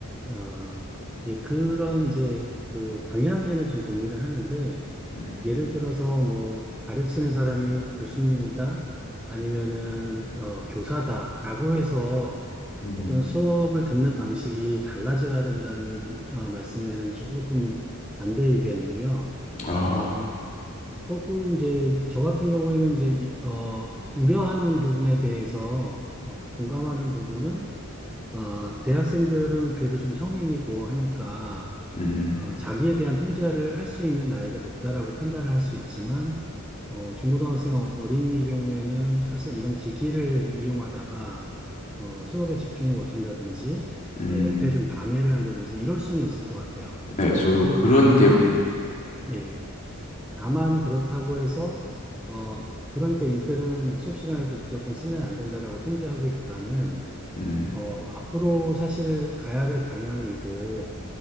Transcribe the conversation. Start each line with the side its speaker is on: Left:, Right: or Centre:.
Centre: 아, 예, 그런 이제 그 방향에는 좀 동의를 하는데,
Left: 음,
Centre: 예를 들어서 뭐 가르치는 사람이 교수님이다, 아니면은 어, 교사다라고 해서
Left: 음,
Centre: 어떤 수업을 듣는 방식이 달라져야 된다는 어, 말씀에는 조금 반대 의견이고요.
Left: 아,
Centre: 아, 거꾸로 이제 저 같은 경우에는 이제 이- 어, 우려하는 부분에 대해서 어, 공감하는 부분은 어, 대학생들은 그래도 좀 성인이고 하니까
Left: 음,
Centre: 어, 자기에 대한 통제를 할 수 있는 나이가 됐다라고 판단을 할 수 있지만 어, 중고등학생 어린이의 경우에는 사실 이런 기기를 이용하다가 어, 수업에 집중을 못한다든지
Left: 음,
Centre: 어, 옆에 좀 방해를 한다든지 이럴 수는 있을 것 같아요.
Left: 네, 저도
Centre: 근데
Left: 그런
Centre: 다만
Left: 게,
Centre: 예, 다만 그렇다고 해서 어, 그러니까 이들은 수업 시간에도 무조건 쓰면 안 된다라고 통제하기보다는
Left: 음,
Centre: 어, 앞으로 사실 가야 될 방향이고,